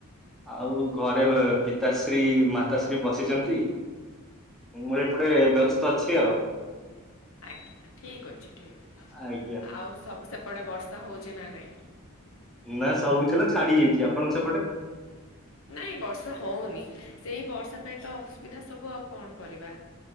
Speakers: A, in the centre; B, on the left.
A: ଆଉ ଘରେ ପିତାଶ୍ରୀ ମାତାଶ୍ରୀ ବସିଛନ୍ତି। ମୋର ଏପଟେ ବ୍ୟସ୍ତ ଅଛି ଆଉ।
B: ଆଜ୍ଞା ଠିକ ଅଛି ଠିକ ଅଛି
A: ଆଜ୍ଞା
B: ଆଉ ସବୁ ସେପଟେ ବର୍ଷା ହଉଛି ନା ନାଇଁ?
A: ନା ସବୁ ଥିଲା ଛାଡି ହେଇଛି, ଆପଣଙ୍କ ସେପଟେ?
B: ନାଇଁ ବର୍ଷା ହଉନି ସେଇ ବର୍ଷା ପାଇଁ ତ ଅସୁବିଧା ସବୁ ଆଉ କଣ କରିବା।